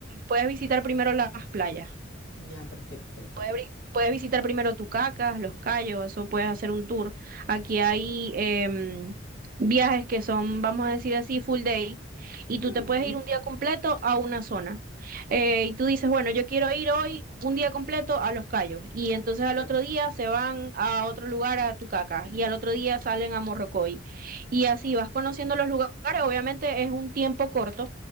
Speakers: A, on the right; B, on the left.
A: puedes visitar primero las playas.
B: Ya, perfecto.
A: Puedes, bri- puedes visitar primero Tucacas, Los Cayos, eso puedes hacer un tour. Aquí hay em, viajes que son, vamos a decir así, full day, y tú
B: Ah,
A: te puedes
B: buenísimo,
A: ir un día completo a una zona. Eh, y tú dices, bueno, yo quiero ir hoy un día completo a Los Cayos, y entonces al
B: claro.
A: otro día se van a otro lugar, a Tucacas, y al otro día salen a Morrocoy. Y así vas conociendo los lugares, obviamente es un tiempo corto,